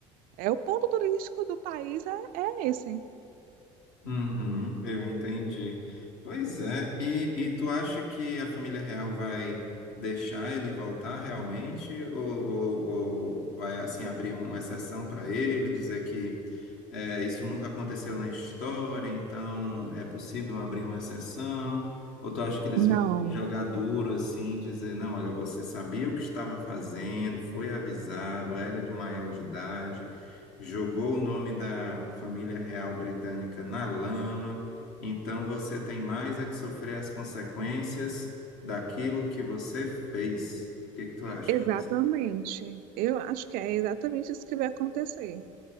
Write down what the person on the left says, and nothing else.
Uhum, eu entendi. Pois é, e, e tu acha que a família real vai deixar ele voltar realmente? Ou, ou- ou vai assim abrir uma exceção para ele, dizer que é, isso nunca aconteceu na história, então é possível abrir uma exceção? Ou tu acha que eles
vão jogar duro assim, dizer, não, olha, você sabia o que estava fazendo, foi avisado, era de maior de idade? jogou o nome da família real britânica na lama, então você tem mais é que sofrer as consequências daquilo que você fez. O que que tu acha
que vai ser?